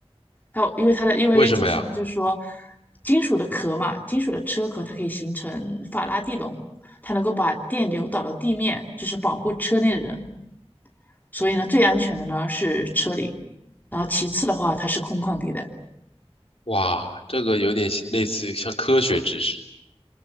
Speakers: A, on the left; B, on the left.
A: 还有，因为它的，因为解释呢，
B: 为什么呀？
A: 就是说，金属的壳嘛，金属的车壳，它可以形成法拉第笼，它能够把电流导到地面，就是保护车内的人。所以呢，最安全的呢是车里，然后其次的话，它是空旷地带。
B: 哇，这个有点像类似像科学知识。